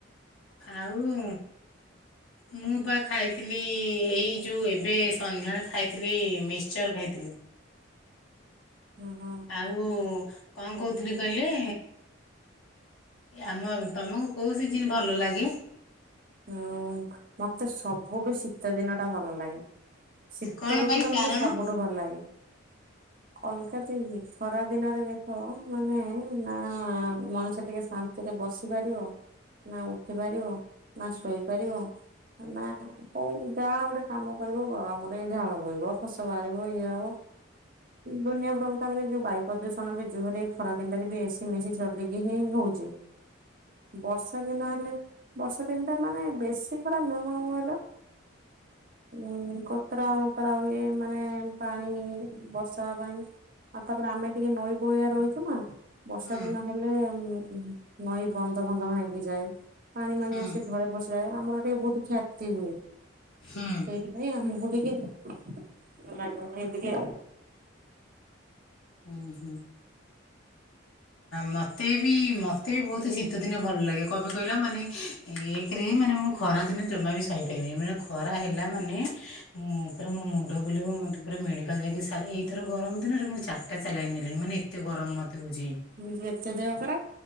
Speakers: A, on the left; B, on the right.
A: ଆଉ ମୁଁ ପା ଖାଇଥିଲି। ଏଇ ଯୋଉ ଏବେ ସନ୍ଧ୍ୟାବେଳେ ଖାଇଥିଲି ମିକ୍ସଚର ଖାଇଥିଲି।
B: ଓହୋ
A: ଆଉ କଣ କହୁଥିଲି କହିଲେ? ଆମ ତମକୁ କୋଉସି ଜିନ ଭଲ ଲାଗେ।
B: ହୁଁ ମତେ ସବୁଠୁ ଶୀତ ଦିନ ଟା ଭଲ ଲାଗେ ଶୀତ
A: କଣ
B: ଋତୁ
A: ପାଇଁ
B: ଟା
A: କାରଣ
B: ମତେ ସବୁଠୁ ଭଲ ଲାଗେ। ଅଲଗା ଦେଇ ଖରା ଦିନରେ ଦେଖ ମାନେ ନା ମଣିଷ ଟିକେ ଶାନ୍ତିରେ ବସି ପାରିବ ନା ଉଠି ପାରିବ। ନା ଶୋଇପାରିବ ନା କୋଉ ଯାହା ଗୋଟେ କାମ କରିବ ଗରମରେ ଝାଳ ବୋହିବ ଖସ ବାହାରିବ ଇଏ ହବ ଦୁନିଆ ପ୍ରଭୁତାବରେ ଯୋଉ ବାୟୁ ପ୍ରଦୂଷଣ ବି ଜୋରେ ଖରା ଦିନରେ ବି ଏସି ମିଶି ଚଲିକି ହିଁ ହଉଛି ବର୍ଷା ଦିନ ହେଲେ ବର୍ଷା ଦ ଦିନଟା ମାନେ ବେଶୀ ଖରା ମଣ କହିଲ ଉ କତରା ମତରା ହୁଏ ମାନେ ପାଣି ବର୍ଷା ପାଇଁ ଆଉ ତାପରେ ଆମେ ଟିକେ ନଈ ପଳିଆ ରହିଛୁ ନା। ବର୍ଷା
A: ହୁଁ
B: ଦିନ ହେଲେ। ହୁ। ନଈ ବନ୍ଧ ବଧ ଭାଙ୍ଗି ଯାଏ ପାଣି ମଣି
A: ହୁଁ
B: ଆସ। ଘରେ ବସାଏ ଆମର। ବହୁତ ଖ୍ୟାତି ହୁଏ।
A: ହୁଁ
B: ସେଇଥିପାଇଁ ଆମ ଗୋଟେ ସେ ସେଇ ଟିକେ
A: ହୁଁ ହୁଁ ମତେ ବି ମତେ ବି ବହୁତ ଶୀତ ଦିନ ଭଲ ଲାଗେ କହିବି କହିଲା ମାନେ ଏକରେ ମାନେ ମୁଁ ଖରା ଦିନ ଜମା ବି ସହିପାରିବିନି ମାନେ ଖରା ହେଲା ମାନେ ମୁଁ ପୁରା ମୋ ମୁଣ୍ଡ ବୁଲିବ ମ ପୁରା ମେଡିକାଲ ଯାଇକି ଏଇଥର ଗରମ ଦିନରେ ମୁଁ ଚାରିଟା ଚାଲାଇନି। ମାନ ଏତେ ଗରମ ମତେ ହଉଛି।
B: ମୁ ଏତେ ଦେହ ପରା